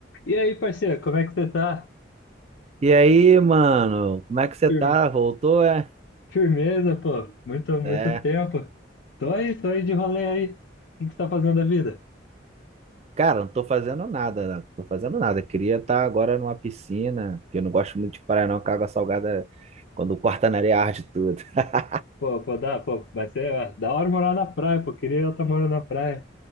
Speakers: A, on the left; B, on the right.
A: E aí, parceiro, como é que você tá?
B: E aí, mano, como é que você
A: Fir-
B: tá? Voltou, é?
A: Firmeza, pô. Muito, muito
B: É.
A: tempo. Tô aí, tô aí de rolê aí. O que que você tá fazendo da vida?
B: Cara, não tô fazendo nada, não tô fazendo nada. Queria estar agora numa piscina, porque eu não gosto muito de praia, não, que a água salgada, quando corta na areia, arde tudo. <laughs>
A: Pô, pô, dá, pô, vai ser ó, da hora morar na praia, pô. Queria eu estar morando na praia.